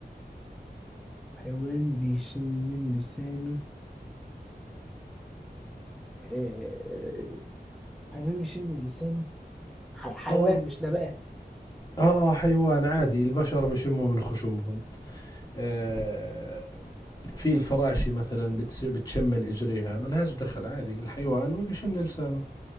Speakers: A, in the centre; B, on the left.
A: حيوان بيشم من لسانه آه، حيوان بيشم من لسانه ح- حيوان
B: اه
A: مش نبات
B: اه اه حيوان عادي البشر بيشموا من خشومهم آه في الفراشي مثلا بتس- بتشم من اجريها ملهاش دخل عادي الحيوان ما بيشم لسانه